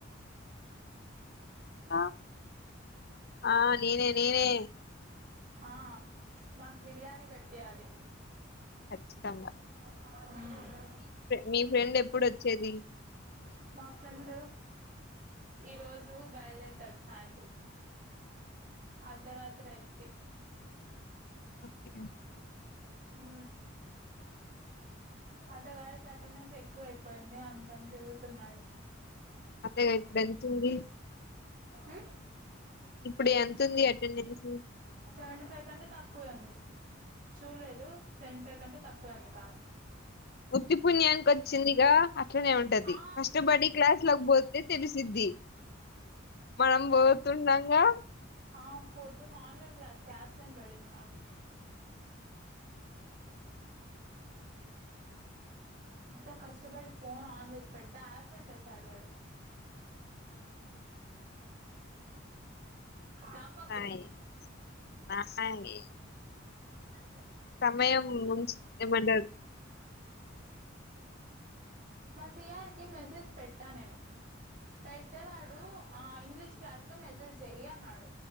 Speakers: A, on the left; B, on the right.
A: ఆ! ఆ నేనె. నేనె
B: ఆ మాకు బిర్యానీ పెట్టియాలి.
A: కచ్చితంగా
B: మ్
A: మీ ఫ్రెండ్ ఎప్పుడొచ్చేది?
B: మా ఫ్రెండ్! ఈ రోజు బయల్దేర్ తడు సాయంత్రం. అర్ధరాత్రి అయిద్ది.
A: క
B: ఊ అతగాడికి అటెండెన్స్ ఎక్కువ అయిపోయింది అందుకని తిరుగుతున్నాడు
A: అదే ఎప్పుడన్ తూవి
B: ఊ
A: ఇప్పుడు ఎంతుంది అటెండెన్స్
B: సెవెన్టీ ఫైవ్ కంటే తక్కువే ఉంది చూడలేదు దు సెవన్టీ ఫైవ్ కంటే తక్కువే <inaudible> తాను
A: వుత్తి పుణ్యానికి వచ్చిందిగా అట్లనే ఉంటది
B: ఆ
A: ఫస్ట్ బడ్డీ క్లాస్ లోకి పోతే తెలిసిద్ది మనం పోతున్నాం గా
B: ఆ పొద్దున్న ఆన్లైన్ క్లాస్ కి ఆబ్సెంట్ పడింది నాకి ఇంత కష్టపడి ఫోన్ ఆన్ చేసి పెడితే ఆబ్సెంట్ ఏసాడు వాడు నవ్వకు
A: నాయి నాయి
B: అ
A: సమయం ముంచ్ ఏమంటారు
B: మా సి ఆర్ కి మెసేజ్ పెట్టా నేను పెడితే వాడు ఆ ఇంగ్లీష్ క్లాస్ లో మెసేజ్ చెయ్యి అన్నాడు